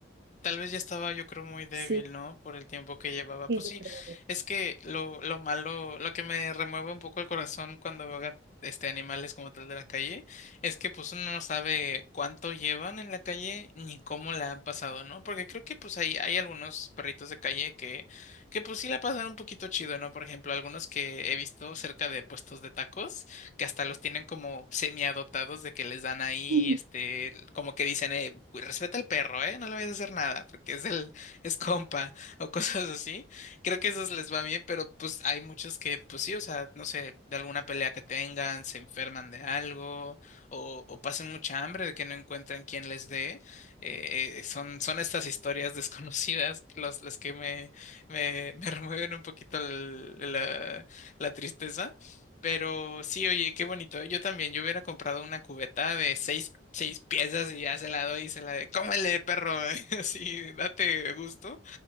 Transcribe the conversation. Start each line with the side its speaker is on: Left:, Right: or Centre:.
Left: Tal vez ya estaba, yo creo, muy débil,
Right: sí,
Left: ¿no? Por el tiempo que llevaba.
Right: Sí,
Left: Pues
Right: yo
Left: sí,
Right: creo.
Left: es que lo, lo malo, lo que me remueve un poco el corazón cuando veo ga- este animales como tal de la calle, es que pues uno no sabe cuánto llevan en la calle ni cómo la han pasado, ¿no? Porque creo que pues hay, hay algunos perritos de calle que, que pues sí la pasan un poquito chido, ¿no? Por ejemplo, algunos que he visto cerca de puestos de tacos que hasta los tienen como semi-adoptados de que les dan ahí,
Right: Mm,
Left: este, como que dicen, eh, "Güey, respeta al perro, eh, no le vayas a hacer nada, porque es el, es compa, <laughs> o cosas así. Creo que esos les va bien, pero pues hay muchos que, pues sí, o sea, no sé, de alguna pelea que tengan, se enferman de algo, o, o pasen mucha hambre de que no encuentran quien les dé. Eh, eh, son, son estas historias <laughs> desconocidas los, las que me, me, <laughs> me remueven un poquito el- la, la tristeza. Pero sí, oye, qué bonito. ¿eh? Yo también, yo hubiera comprado una cubeta de seis, seis piezas y ya se la doy y se la de, cómele, perro, <laughs> así, date gusto.